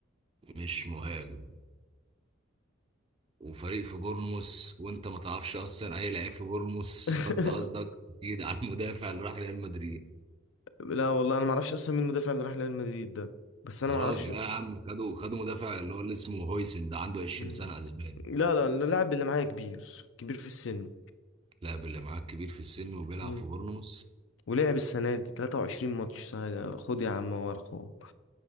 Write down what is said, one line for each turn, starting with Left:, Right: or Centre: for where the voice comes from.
Right: مش مهاجم وفريق في بورنموث وانت ما تعرفش اصلا اي لعيب في بورنموث
Left: <laughs>
Right: فانت قصدك اكيد على المدافع اللي راح ريال مدريد
Left: لا والله انا ما اعرفش اصلا مين المدافع اللي راح ريال مدريد ده بس انا
Right: يا
Left: ما
Right: راجل
Left: اعرفش
Right: لا يا عم خدوا خدوا مدافع اللي هو اللي اسمه هويسن ده عنده 20
Left: مم.
Right: سنه اسباني
Left: لا لا اللاعب اللي معايا كبير كبير في السن
Right: اللاعب اللي معاك كبير في السن وبيلعب
Left: مم.
Right: في بورنموث
Left: ولعب السنه دي 23 ماتش سهل. خد يا عم هو ارقام